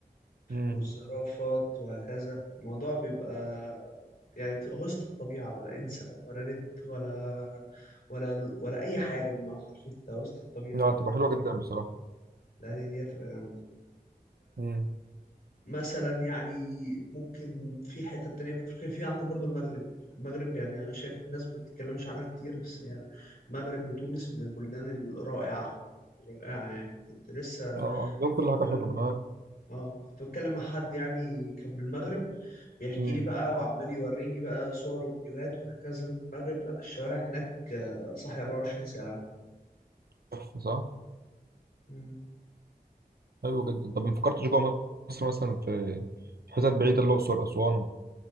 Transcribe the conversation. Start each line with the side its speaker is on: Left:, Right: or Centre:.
Right: مم.
Left: والزرافات وهكذا الموضوع بيبقى يعني بتبقى وسط الطبيعه بقى انسى بقى ولا نت ولا ولا ولا اي حاجه بمعنى حرفيا انت وسط الطبيعه
Right: اه
Left: كده
Right: تبقى حلوة جدا بصراحة
Left: لا دي دي هتبقى جامده
Right: مم.
Left: مثلا يعني ممكن في حتة تانية في أفريقيا في عندك برضو المغرب المغرب يعني أنا شايف الناس ما بتتكلمش عنها كتير بس هي المغرب وتونس من البلدان الرائعة رائعة يعني كنت لسه
Right: اه عندهم
Left: كنت
Right: كل
Left: بتكلم
Right: حاجة حلوة منها
Left: اه كنت بتكلم مع حد يعني كان من المغرب بيحكي
Right: مم.
Left: لي بقى وعمال يوريني بقى صور وفيديوهات وهكذا من المغرب لا الشوارع هناك آه، صاحية 24 ساعة
Right: تحفة، صح
Left: مم.
Right: حلو جدا طب ما فكرتش جوه مصر مثلا في في حتت بعيدة الأقصر أسوان و-